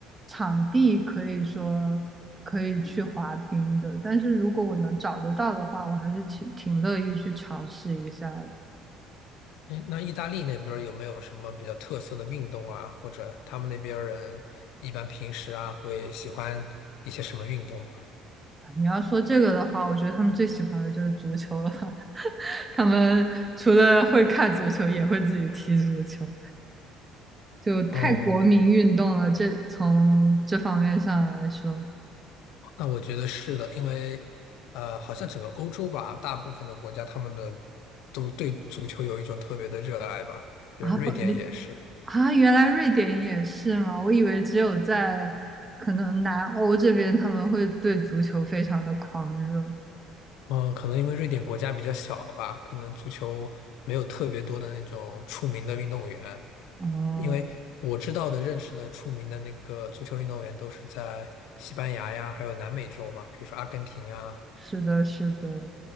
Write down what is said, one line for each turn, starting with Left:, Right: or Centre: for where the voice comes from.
Right: 场地可以说可以去滑冰的。但是如果我能找得到的话，我还是挺挺乐意去尝试一下的
Left: 诶那意大利那边儿有没有什么比较特色的运动啊，或者他们那边儿人一般平时啊会喜欢一些什么运动吗？
Right: 你要说这个的话，我觉得他们最喜欢的就是足球了吧 <laughs> 他们除了会看足球，也会自己踢足球。就太国民运动了。
Left: 哦。
Right: 这从这方面上来说
Left: 那我觉得是的，因为呃，好像整个欧洲吧，大部分的国家他们的都对足球有一种特别的热爱吧，就是瑞典也是。
Right: 啊，不，你啊，原来瑞典也是吗？我以为只有在可能南欧这边他们会对足球非常的狂热。
Left: 嗯，可能因为瑞典国家比较小吧，可能足球没有特别多的那种出名的运动员。
Right: 哦，
Left: 因为我知道的、认识的出名的那个足球运动员都是在西班牙呀，还有南美洲吧，比如说阿根廷啊，
Right: 是的，是的，